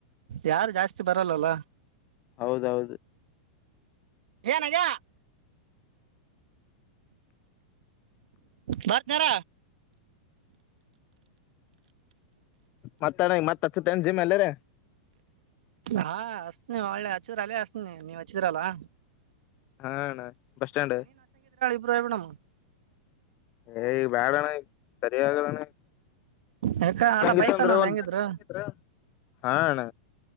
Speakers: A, on the right; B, on the left.
A: ಯಾರ್ ಜಾಸ್ತಿ ಬರಲ್ಲಲ್ಲ.
B: ಹೌದ ಹೌದು.
A: ಏನಾಗ್ಯಾ. ಬಾತ್ ಕರ.
B: ಮತ್ತಣೈ ಮತ್ತ್ ಹಚ್ಚತ್ಣ ಜಿಮ್ ಎಲ್ಲೇರೆ.
A: ಹಾ ಹಸ್ನ್ವಿ ಹೊಳ್ಳೆ ಹಚ್ಚಿದ್ರ ಅಲ್ಲೇ ಹಸ್ನಿ ನೀವ್ ಹಚ್ಚಿದ್ರ ಅಲ್ಲಾ.
B: ಹಾ ಅಣ ಬಸ್ ಸ್ಟ್ಯಾಂಡ.
A: <unintelligible> ಬಿಡಾಮ್.
B: ಏ ಬ್ಯಾಡಣ್ಣ್ ಈಗ್ ಸರಿ ಆಗ್ಲಣ್ಣ ಈಗ್.
A: ಯಾಕ
B: <unintelligible>
A: ಅಲ್ಲ ಬೈಕ್ ಅನ್ನೊಂದ್ ಹೆಂಗಿದ್ರು
B: ಹಾಣ್ಣ.